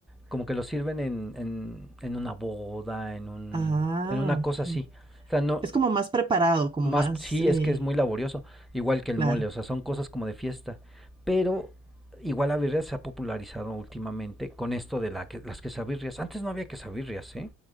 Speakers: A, in the centre; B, on the right.
A: como que lo sirven en, en, en una boda, en un,
B: Ah,
A: en una
B: ok.
A: cosa así. O sea, no,
B: Es como más preparado, como
A: más
B: más,
A: sí
B: eh,
A: es que es muy laborioso, igual que el
B: claro.
A: mole, o sea, son cosas como de fiesta. Pero igual la birria se ha popularizado últimamente con esto de la que, las quesabirrias. Antes no había quesabirrias, ¿eh?